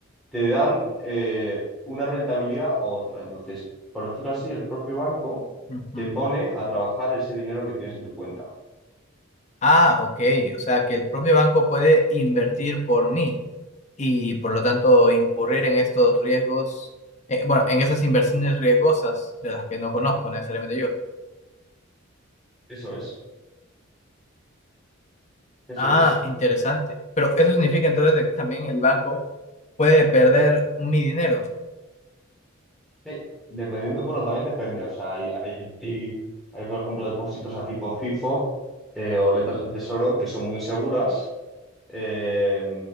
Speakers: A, in the centre; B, on the left (about 35°).
A: te dan eh, una rentabilidad u otra. Entonces, por decirlo así, el propio banco
B: Ujú.
A: te pone a trabajar ese dinero que tienes en tu cuenta.
B: Ah, ok, o sea que el propio banco puede invertir por mí. y por lo tanto incurrir en estos riesgos, eh, bueno, en esas inversiones riesgosas de las que no conozco necesariamente yo.
A: Eso es, eso
B: Ah,
A: es.
B: interesante. Pero eso significa entonces de que también el banco puede perder mi dinero.
A: Sí. Dependiendo, bueno, también depende. O sea, hay, hay, hay, hay, por ejemplo, depósitos a tipo fijo eh, o letras del tesoro que son muy seguras Eh,